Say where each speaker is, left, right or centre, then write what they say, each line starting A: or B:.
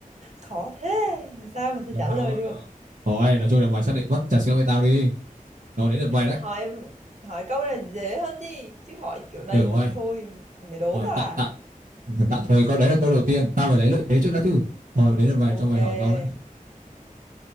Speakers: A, on the right; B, on the right.
A: khó thế sao mà sẽ
B: Đầu
A: trả
B: hàng
A: lời
B: rồi.
A: được
B: Thôi, nói chung là mày xác định mất trà sữa với tao đi. Rồi đến lượt mày đấy.
A: hỏi hỏi câu này dễ hơn đi chứ hỏi kiểu đấy
B: Được rồi.
A: thì thôi mày đố
B: Rồi
A: tao
B: tạm
A: à
B: tạm tạm thời câu đấy là câu đầu tiên. Tao phải lấy lợi thế trước đã chứ. Rồi đến lượt mày
A: ok
B: cho mày hỏi câu đấy.